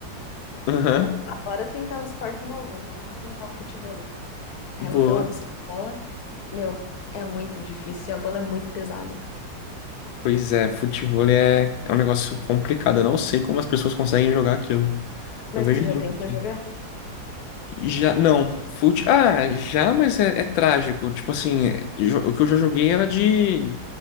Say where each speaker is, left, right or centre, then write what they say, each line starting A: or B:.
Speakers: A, on the left; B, on the left.
A: Aham,
B: Aí eu falei, ah, bora tentar um esporte novo, vamos tentar o futevôlei. Aí
A: boa.
B: ela foi lá buscar a bola. Meu, é muito difícil, a bola é muito pesada.
A: Pois é, futevôlei é, é um negócio complicado. Eu não sei como as pessoas conseguem jogar aquilo.
B: Mas
A: Eu vejo
B: tu já
A: muito
B: tentou
A: aqui.
B: jogar?
A: E Já, não. Fute... Ah, já, mas é, é trágico. Tipo assim, é, jo- o que eu já joguei era de,